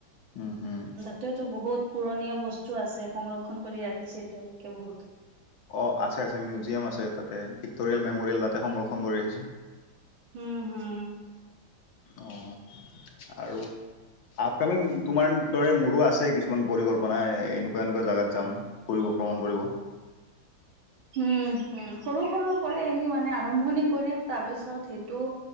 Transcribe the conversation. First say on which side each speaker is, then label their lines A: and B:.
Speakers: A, on the left; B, on the right.
A: উম, হম।
B: এতিয়াওতো বহুত পুৰণীয়া বস্তু আছে, সংৰক্ষণ কৰি ৰাখিছে এতিয়ালৈকে বহুত।
A: অ', আছে আছে মিউজিয়াম আছে তাতে, ভিক্টৰিয়েল মেমৰিয়েল তাতে সংৰক্ষণ কৰি ৰাখিছে।
B: হম, হুম।
A: অ' আৰু। আপকামিং তোমাৰ দৰে মোৰো আছে, কিছুমান পৰিকল্পনা এনেকুৱা এনেকুৱা জাগাত যাম। ফুৰিব ভ্ৰমণ কৰিব।
B: উম, উম, সৰু সৰু পৰাই আমি মানে আৰম্ভণি কৰিম তাৰপিছত সেইটো।